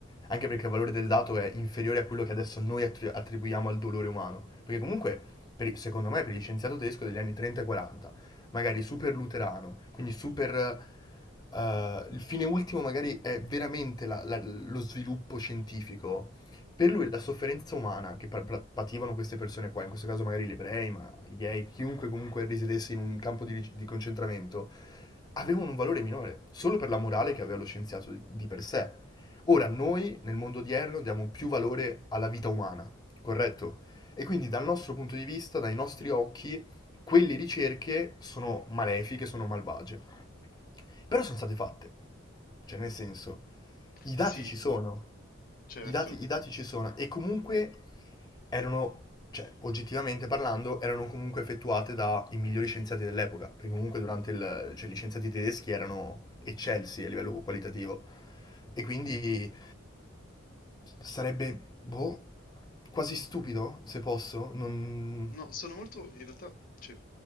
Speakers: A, on the left (about 20°); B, on the left (about 45°).
A: anche perché il valore del dato è inferiore a quello che adesso noi attri- attribuiamo al dolore umano, perché comunque, per- secondo me, per gli scienziato tedesco degli anni 30 e 40, magari super luterano, quindi super... eh, il fine ultimo magari è veramente la- la- lo sviluppo scientifico, per lui la sofferenza umana che pa- pa- pativano queste persone qua, in questo caso magari gli ebrei, ma i gay, chiunque comunque risiedesse in un campo di, di concentramento, avevano un valore minore, solo per la morale che aveva lo scienziato di di per sé. Ora noi nel mondo odierno diamo più valore alla vita umana, corretto? E quindi dal nostro punto di vista, dai nostri occhi, quelle ricerche sono malefiche, sono malvagie. Però sono state fatte. Cioè, nel senso, i
B: Sì,
A: dati ci sono.
B: certo.
A: I dati, i dati ci sono. E comunque erano, cioè, oggettivamente parlando, erano comunque effettuate dai migliori scienziati dell'epoca. Perché comunque durante il... Cioè, gli scienziati tedeschi erano eccelsi a livello qualitativo. E quindi sarebbe, boh, quasi stupido, se posso, non...
B: No, sono molto, in realtà, cioè,